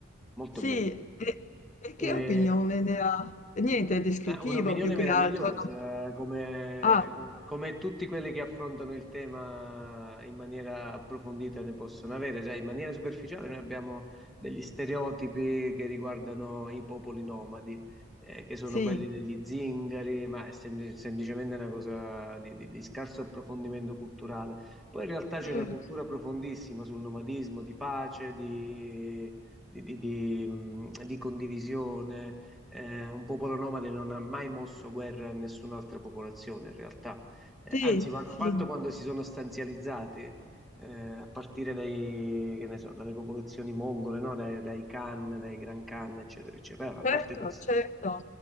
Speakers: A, in the centre; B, on the left.
A: Molto
B: Sì,
A: bello.
B: e, e che
A: Eh,
B: opinione ne ha? Niente, è descrittivo
A: eh, un'opinione
B: più che
A: meravigliosa,
B: altro. no?
A: come,
B: Ah,
A: com- come tutti quelli che affrontano il tema in maniera approfondita ne possono avere, cioè in maniera superficiale noi abbiamo degli stereotipi che riguardano i popoli nomadi, eh, che sono
B: sì,
A: quelli degli zingari, ma è sempli- semplicemente una cosa di, di- di scarso approfondimento culturale. Poi in realtà c'è
B: Mm,
A: una cultura profondissima sul nomadismo, di pace, di di- di- di, mh, di condivisione eh, un popolo nomade non ha mai mosso guerra a nessun'altra popolazione in realtà, Eh,
B: sì,
A: anzi lo hanno
B: sì,
A: fatto quando si sono stanzializzati, eh, a partire dai, che ne so, dalle popolazioni mongole, no? Dai, dai Khan, dai Gran Khan, eccetera, eccetera. A
B: certo,
A: parte questo.
B: certo,